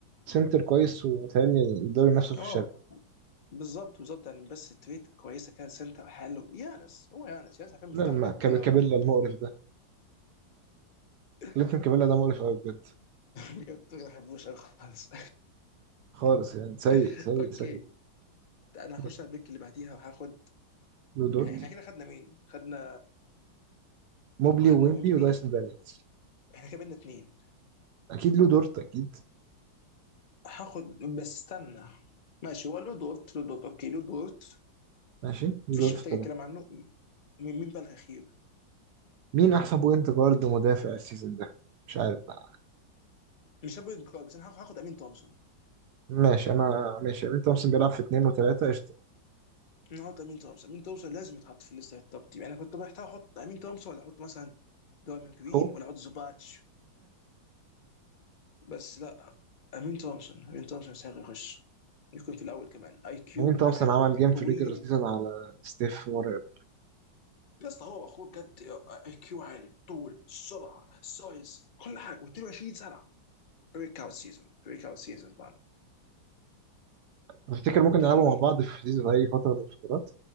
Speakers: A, on the right; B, on the left.
A: سنتر كويس ومتهيألي يقدروا ينافسوا في
B: اه
A: الشرق
B: بالظبط بالظبط يعني بس تويت كويسه كده سنتر حلو يانس هو يانس يانس عارفين مفتاح
A: لا ما
B: حاجات
A: كاب-
B: كتير قوي
A: كابيلا المقرف ده
B: <laughs>
A: كلينتون كابيلا ده مقرف قوي بجد
B: بجد ما بحبوش قوي خالص
A: خالص يعني سيء
B: <laughs>
A: سيء
B: اوكي
A: سيء
B: انا هخش
A: ماشي.
B: على البيك اللي بعديها وهاخد
A: لو دورت
B: احنا احنا كده خدنا مين؟ خدنا
A: موبلي
B: وخدنا
A: وويمبي
B: ويمبي
A: ودايسون دانيels
B: احنا كده بقينا اتنين
A: اكيد لو دورت اكيد
B: هاخد بس استنى ماشي هو لود وورت لود وورت اوكي لود وورت
A: ماشي لو
B: مفيش
A: دورت
B: محتاج
A: في ثلاثة
B: الكلام عنه مين مين بقى الاخير
A: مين احسن بوينت جارد مدافع السيزون ده مش عارف بقى
B: مش هاخد انكار بس انا هاخد امين تومسون
A: ماشي انا ماشي امين تومسون بيلعب في اتنين وتلاتة قشطة
B: انا هاخد امين تومسون امين تومسون لازم يتحط في الليسته التوب تيم يعني انا كنت محتاج احط امين تومسون ولا احط مثلا دوامين جرين
A: هو
B: ولا احط زوباتش بس لا امين تومسون امين تومسون يستحق يخش يكون في الاول كمان اي كيو
A: امين
B: مرعب
A: تومسون عمل جيم في
B: طويل
A: الريجر سيزون على ستيف مرعب
B: يا اسطى هو اخوه بجد اي كيو عالي طول سرعه سايز كل حاجه و22 سنه بريك اوت سيزون بريك اوت سيزون طبعا
A: افتكر ممكن
B: ده
A: نلعبه مع بعض في سيزون في اي فتره من الفترات